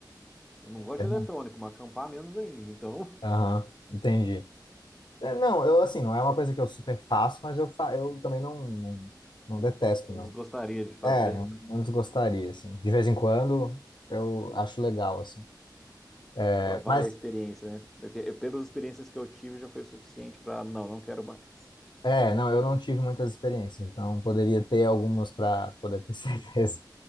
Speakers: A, in the centre; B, on the left (about 80°).
A: Eu não gosto
B: É,
A: de eletrônico, mas acampar menos ainda. Então.
B: Aham, entendi. É, não, eu assim, não é uma coisa que eu super faço, mas eu, fa eu também não, não, não detesto,
A: não
B: não.
A: Gostaria de fazer.
B: É, antes gostaria, assim. De vez em quando eu acho legal, assim. É,
A: Vale
B: mas,
A: a experiência, né? Porque eu- pelas experiências que eu tive, já foi suficiente para não, não quero mais.
B: é, não, eu não tive muitas experiências, então poderia ter algumas para poder ter <laughs> certeza